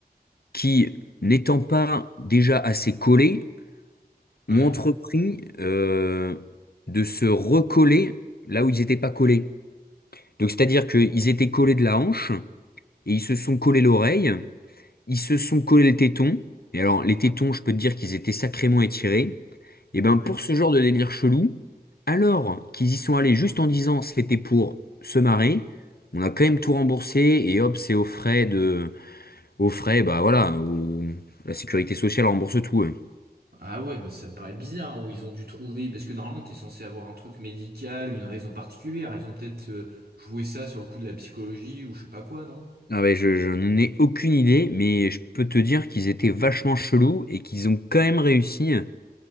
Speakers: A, on the left (about 70°); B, on the right (about 75°).
A: qui, n'étant pas déjà assez collés,
B: ouais.
A: ont entrepris euh, de se recoller là où ils n'étaient pas collés. Donc c'est-à-dire qu'ils étaient collés de la hanche, et ils se sont collés l'oreille, ils se sont collés le téton. Et alors, les tétons, je peux te dire qu'ils étaient sacrément étirés. Et ben,
B: Ah
A: pour
B: ouais.
A: ce genre de délire chelou, alors qu'ils y sont allés juste en disant c'était pour se marrer, on a quand même tout remboursé et hop, c'est aux frais de, aux frais, bah voilà, au- la sécurité sociale rembourse tout. eux.
B: Ah ouais, mais ça me paraît bizarre hein, où ils ont dû trouver, parce que normalement t'es censé avoir un truc médical, une raison particulière. Ils ont peut-être euh, joué ça sur le coup de la psychologie ou je sais pas quoi, non?
A: Ah ouais, je, je n'en ai aucune idée, mais je peux te dire qu'ils étaient vachement chelous et qu'ils ont quand même réussi